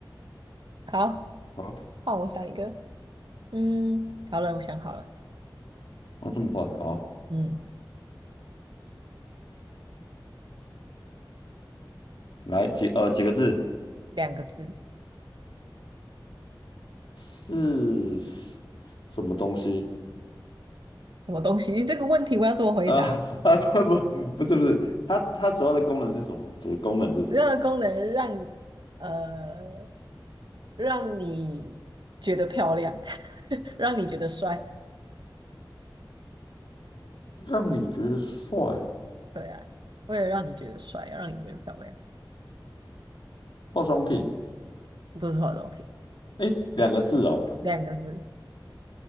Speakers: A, on the right; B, on the left.
A: 好，
B: 好，
A: 换我想一个。嗯，好了，我想好了。
B: 哦，这么快，好，
A: 嗯，
B: 来几呃几个字
A: 两个字，
B: 是什么东西？
A: 什么东西？<laughs> 这个问题我要怎么回答？
B: 啊啊不不不是不是，它它主要的功能是什么？主要功能是什么？
A: 任何功能让呃让你觉得漂亮，<laughs> 让你觉得帅。
B: 让你觉得帅，
A: 对啊，为了让你觉得帅，要让你觉得漂亮，
B: 化妆品。
A: 不是化妆品，
B: 哎，两个字哦，
A: 两个字，